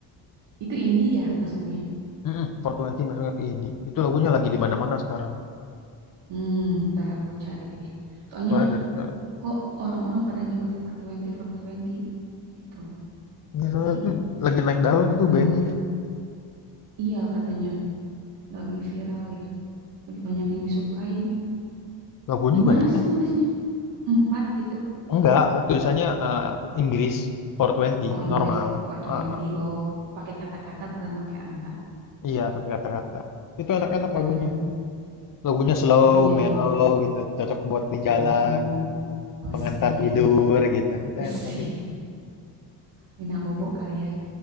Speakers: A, on the right; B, on the left.
A: Itu indie ya masuknya.
B: Mm-mm, 420 masuknya ke indie. Itu lagunya lagi di mana-mana sekarang.
A: Hmm, ntar aku cari deh. Soalnya
B: Soalnya dari-
A: kok orang-orang pada nyebut four twenty four twenty itu.
B: Ini
A: Berarti
B: soalnya tuh lagi naik daun
A: lumayan,
B: itu bandnya.
A: iya katanya, lagi viral ya, lagi banyak yang disukain.
B: Lagunya
A: Gimana
B: juga naik daun.
A: sih nulisnya? Empat gitu.
B: Enggak, tulisannya eh, Inggris 420,
A: Oh Inggris,
B: normal.
A: four
B: Ah,
A: twenty
B: ah.
A: Oh, pakai kata-kata bukan pakai angka.
B: iya, pakai kata-kata. Itu enak-enak
A: Hmm,
B: lagunya. Lagunya slow,
A: oh iya nih.
B: mellow gitu. Cocok buat di
A: Oh,
B: jalan,
A: gosip.
B: pengantar tidur gitu. Itu
A: Gosip.
B: enak lagunya.
A: Nina Bobo <laughs> kali ya.